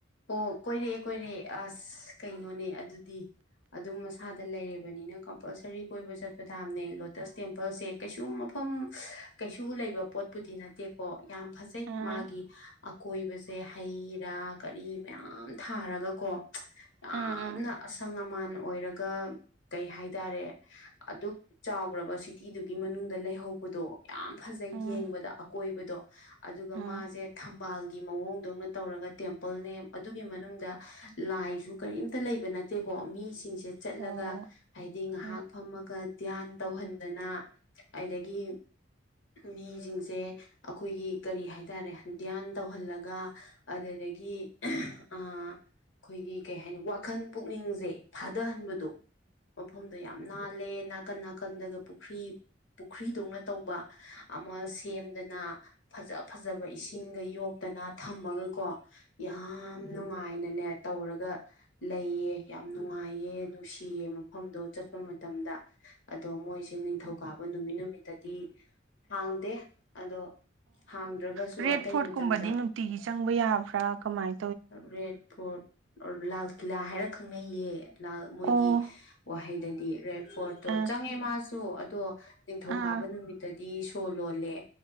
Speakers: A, on the left (about 75°); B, on the right (about 80°).
A: ꯑꯣ ꯀꯣꯏꯔꯛꯑꯦ ꯀꯣꯏꯔꯦ ꯑꯁ ꯀꯩꯅꯣꯅꯦ ꯑꯗꯨꯗꯤ ꯑꯗꯨꯝ ꯃꯁꯥꯗ ꯂꯩꯅꯤꯅ ꯀꯝꯄꯜꯁꯔꯤ ꯀꯣꯏꯕ ꯆꯠꯄ ꯇꯥꯕꯅꯦ ꯗꯁ ꯇꯦꯝꯄꯜꯁꯦ ꯀꯩꯁꯨ ꯃꯐꯝ ꯀꯩꯁꯨ ꯂꯩꯕ ꯄꯣꯠꯄꯨꯗꯤ ꯅꯠꯇꯦ ꯀꯣ ꯌꯥꯝ ꯐꯖꯩ
B: ꯎꯝ
A: ꯃꯥꯒꯤ ꯑꯀꯣꯏꯕꯁꯦ ꯍꯩ ꯔꯥꯛ ꯀꯔꯤ ꯃꯌꯥꯝ ꯊꯥꯔꯒꯀꯣ ꯌꯥꯝꯅ
B: ꯎꯝ
A: ꯑꯁꯪ ꯑꯃꯥꯟ ꯑꯣꯏꯔꯒ ꯀꯩ ꯍꯥꯏꯇꯥꯔꯦ ꯑꯗꯨꯛ ꯆꯥꯎꯈ꯭ꯔꯕ ꯁꯤꯇꯤꯗꯨꯒꯤ ꯃꯅꯨꯡꯗ ꯂꯩꯍꯧꯕꯗꯣ ꯌꯥꯝ ꯐꯖꯩ
B: ꯎꯝ ꯎꯝ
A: ꯌꯦꯡꯕꯗ ꯑꯀꯣꯏꯕꯗꯣ ꯑꯗꯨꯒ
B: ꯎꯝ
A: ꯃꯥꯁꯦ ꯊꯝꯕꯥꯜꯒꯤ ꯃꯑꯣꯡꯗꯧꯅ ꯇꯧꯔꯒ ꯇꯦꯝ ꯀꯄꯜꯅꯦ ꯑꯗꯨꯒꯤ ꯃꯅꯨꯡꯗ ꯂꯥꯏꯁꯨ ꯀꯔꯤꯝꯇ ꯂꯩꯕ ꯅꯠꯇꯦꯀꯣ ꯃꯤꯁꯤꯡꯁꯦ ꯆꯠꯂꯒ
B: ꯑꯣ
A: ꯍꯥꯏꯗꯤ ꯉꯥꯏꯍꯥꯛ
B: ꯑꯣ
A: ꯐꯝꯃꯒ ꯒ꯭ꯌꯥꯟ ꯇꯧꯍꯟꯗꯅ ꯑꯗꯒꯤ ꯃꯤꯁꯤꯡꯁꯦ ꯑꯩꯈꯣꯏꯒꯤ ꯀꯔꯤ ꯍꯥꯏꯇꯥꯔꯦ ꯘ꯭ꯌꯥꯟ ꯇꯧꯍꯜꯂꯒ ꯑꯗꯨꯗꯒꯤ ꯑ ꯈꯣꯏꯒꯤ ꯀꯩ ꯍꯥꯏꯅꯤ ꯋꯥꯈꯟ ꯄꯨꯛꯅꯤꯡꯁꯦ ꯊꯥꯗꯍꯟꯕꯗꯣ ꯃꯐꯝꯗꯣ ꯌꯥꯝ ꯅꯥꯜꯂꯦꯅ ꯀꯟ ꯅꯥꯀꯟꯗꯒ ꯄꯨꯈ꯭ꯔꯤ ꯄꯨꯈ꯭ꯔꯤꯗꯧꯅ ꯇꯧꯕ ꯑꯃ ꯁꯦꯝꯗꯅ ꯐꯖ ꯐꯖꯕ ꯏꯁꯤꯡꯒ ꯌꯣꯛꯇꯅ ꯊꯝꯃꯒꯀꯣ ꯌꯥꯝ ꯅꯨꯡꯉꯥꯏ ꯍꯥꯏꯅꯅꯦ ꯇꯧꯔꯒ ꯂꯩꯌꯦ ꯌꯥꯝ ꯅꯨꯡꯉꯥꯏꯌꯦ ꯅꯨꯡꯁꯤꯌꯦ ꯃꯐꯝꯗꯣ ꯆꯠꯄ ꯃ ꯃꯇꯝꯗ ꯑꯗꯣ ꯃꯣꯏꯁꯦ ꯅꯤꯡꯊꯧꯀꯥꯕ ꯅꯨꯃꯤꯠ ꯅꯨꯃꯤꯠꯇꯗꯤ ꯍꯥꯡꯗꯦ ꯑꯗꯣ ꯍꯥꯡꯗ꯭ꯔꯒꯁꯨ
B: ꯔꯦꯠ
A: ꯑꯇꯩ
B: ꯐꯣꯔꯠꯀꯨꯝꯕꯗꯤ
A: ꯃꯇꯝꯗ
B: ꯅꯨꯡꯇꯤꯒꯤ ꯆꯪꯕ ꯌꯥꯕ꯭ꯔꯥ ꯀꯃꯥꯏ
A: ꯔꯦꯗ ꯐꯣꯔꯠ ꯑꯣ ꯂꯥꯜ ꯀꯤꯂꯥ ꯍꯥꯏꯔ ꯈꯪꯅꯩꯌꯦ ꯅ ꯃꯣꯏꯒꯤ
B: ꯑꯣ
A: ꯋꯥꯍꯩꯗꯗꯤ ꯔꯦꯗ ꯐꯣꯔꯠꯇꯣ
B: ꯑꯥ
A: ꯆꯪꯉꯦ ꯃꯥꯁꯨ ꯑꯗꯣ ꯅꯤꯡꯊꯧꯀꯥꯕ
B: ꯑꯥ
A: ꯅꯨꯃꯤꯠꯇꯗꯤ ꯁꯣ ꯂꯣꯜꯂꯦ